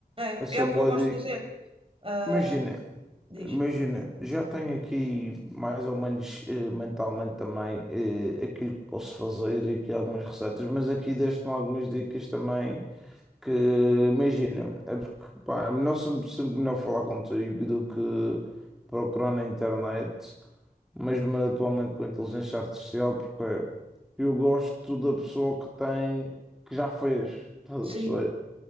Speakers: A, on the right (about 35°); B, in the centre.
A: É,
B: Essa
A: é o
B: boa
A: que eu gosto
B: dica.
A: de fazer. Ah,
B: Imagina,
A: diz.
B: imagina, já tenho aqui mais ou menos eh, mentalmente também eh, aquilo que posso fazer e aqui algumas receitas, mas aqui deste-me algumas dicas também que imagina, é porque pá, é melhor sempre, sempre melhor falar contigo do que procurar na internet, mesmo atualmente com a inteligência artificial, porque eu gosto da pessoa que tem, que já fez, estás
A: Sim.
B: a perceber?